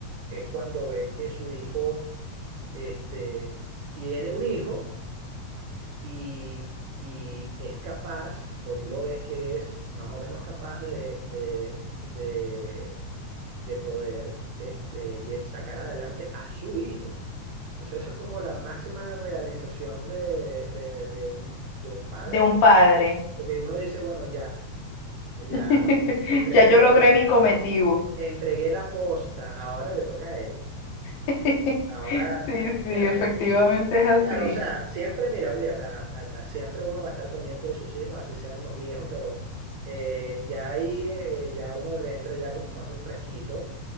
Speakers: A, on the right; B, on the left.
A: es cuando ve que su hijo, este, tiene un hijo y, y es capaz, o tú lo ves que es más o menos capaz de, de, de, de poder este, sacar adelante a su hijo. Entonces eso es como la máxima realización de, de, de un, de un padre,
B: De
A: porque,
B: un padre.
A: porque uno dice, bueno, ya, ya
B: <laughs>
A: entregué
B: Ya
A: la
B: yo logré
A: posta,
B: mi cometido.
A: entregué la posta, ahora le toca a él.
B: <laughs>
A: Ahora,
B: Sí, sí,
A: ¿me entiendes?
B: efectivamente es así.
A: Claro, o sea, siempre, mira, olvídate, a- a- a- siempre uno va a estar pendiente de sus hijos, así sean unos viejos, pero eh, ya ahí, eh, ya uno le entra ya como más un fresquito